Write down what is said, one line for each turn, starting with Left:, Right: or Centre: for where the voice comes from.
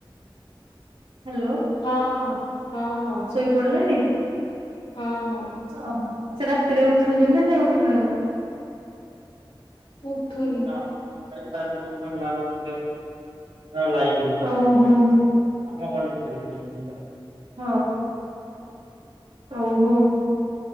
Right: ହ୍ୟାଲୋ
Left: ହଁ ହଁ ହଁ ହଁ
Right: ଶୋଇ ପଡ଼ିଲେଣି? <inaudible>
Left: ହଁ ହଁ
Right: ସେ ରାସ୍ତାରେ ଉଠୁଛନ୍ତି ନା ନା ଉଠୁନ ଆଉ।
Left: ଉଠୁନି
Right: <inaudible> <unintelligible> <unintelligible>